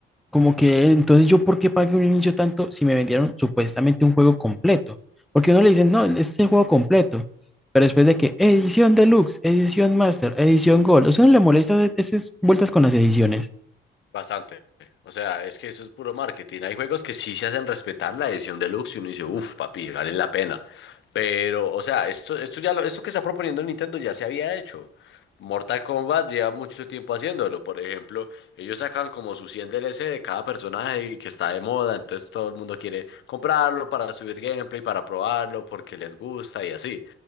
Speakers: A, in the centre; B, on the left.
A: como que entonces yo por qué pagué un inicio tanto si me vendieron supuestamente un juego completo. Porque uno le dicen, no, este es el juego completo. Pero después de que edición deluxe, edición master, edición gold, o sea, no le molesta esas vueltas con las ediciones.
B: Bastante. O sea, es que eso es puro marketing. Hay juegos que sí se hacen respetar la edición deluxe y uno dice, uff, papi, vale la pena. Pero, o sea, esto, esto ya lo, esto que está proponiendo Nintendo ya se había hecho. Mortal Kombat lleva mucho tiempo haciéndolo. Por ejemplo, ellos sacan como su 100 DLC de cada personaje y que está de moda. Entonces todo el mundo quiere comprarlo para subir gameplay, para probarlo, porque les gusta y así.